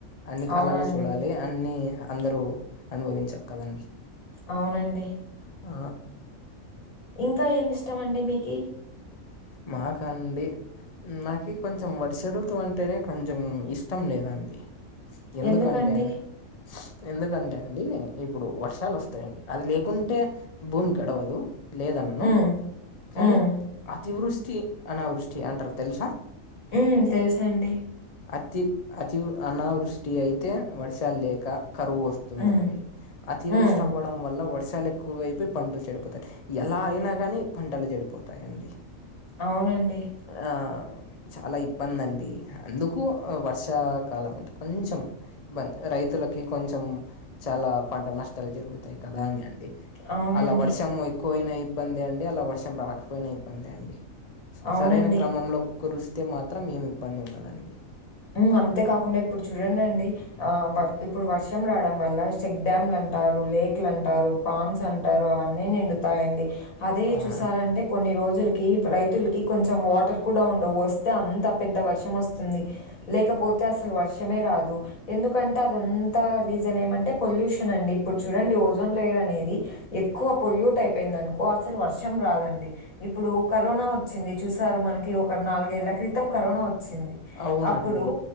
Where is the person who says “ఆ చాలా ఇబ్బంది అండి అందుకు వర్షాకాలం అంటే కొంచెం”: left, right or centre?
Left